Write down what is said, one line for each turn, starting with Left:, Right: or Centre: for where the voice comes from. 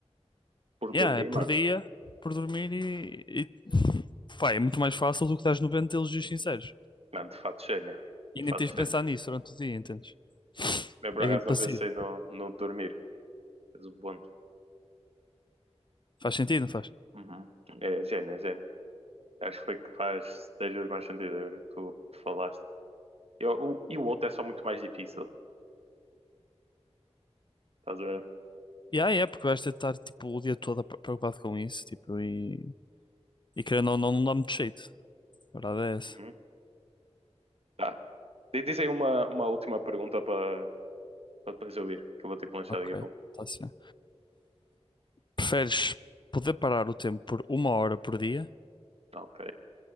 Right: Por dormir,
Left: Yeah, é por
Right: mano.
Left: dia, por dormir e, e... <laughs> Pá, é muito mais fácil do que estás 90 elogios sinceros.
Right: Mano, de fato, gênio.
Left: E
Right: De
Left: nem
Right: fato,
Left: tens de pensar
Right: gênio.
Left: nisso durante o dia, entendes?
Right: Eu, por
Left: É
Right: acaso,
Left: passivo.
Right: não pensei no, no dormir. Mas o bônus.
Left: Faz sentido, não faz?
Right: Uhum. É gênio, é gênio. Acho que foi que faz 10 vezes mais sentido agora que tu, tu falaste. E o, o- e o outro é só muito mais difícil. Estás a ver?
Left: E aí é, porque vais ter de estar tipo, o dia todo pre- preocupado com isso, tipo, e, e querendo ou não, não dá muito jeito. A verdade é essa.
Right: Uhum. Tá. Diz diz aí uma, uma última pergunta para para depois eu ir, que eu vou ter que lanchar
Left: Ok,
Right: daqui a pouco.
Left: está assim. Preferes poder parar o tempo por uma hora por dia
Right: Ok.